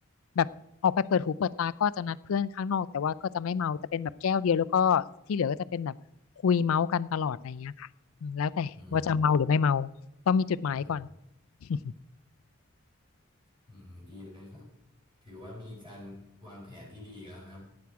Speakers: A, on the left (about 80°); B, on the right (about 25°).
A: แบบออกไปเปิดหูเปิดตาก็จะนัดเพื่อนข้างนอกแต่ว่าก็จะไม่เมาจะเป็นแบบแก้วเดียวแล้วก็ที่เหลือก็จะเป็นแบบคุยเมาส์กันตลอดอะไรเงี้ยค่ะอืมแล้วแต่ว่าจะเมาหรือไม่เมา
B: อืม
A: ต้องมีจุดหมายก่อน
B: อืม
A: <laughs>
B: อืมดีเลยครับถือว่ามีการวางแผนที่ดีอีกแล้วครับ